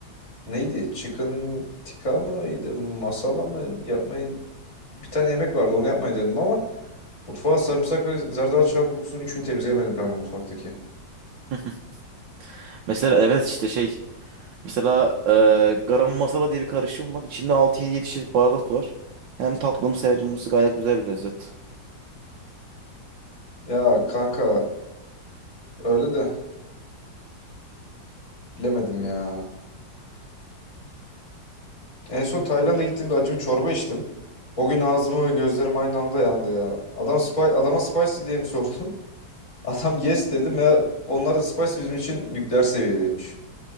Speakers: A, on the left; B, on the right.
A: neydi? Chicken tikka mıydı? Masala mı? Yapmayı bir tane yemek vardı. Onu yapmayı denedim ama mutfağa sarımsak ve zerdeçal kokusunun üçünü temizleyemedim kanka mutfaktaki.
B: <laughs> Mesela evet işte şey. Mesela e, garam masala diye bir karışım var. İçinde 6 yedi çeşit baharat var. Hem tatlımsı hem acımsı gayet güzel bir lezzet.
A: Ya kanka öyle de bilemedim ya. En son Tayland'a
B: Ya.
A: gittiğimde acı bir çorba içtim. O gün ağzımı ve gözlerim aynı anda yandı ya. Adam spy, adama spicy diye mi sordu? <laughs> Adam yes dedi. Meğer onlar da spicy bizim için nükleer seviyedeymiş.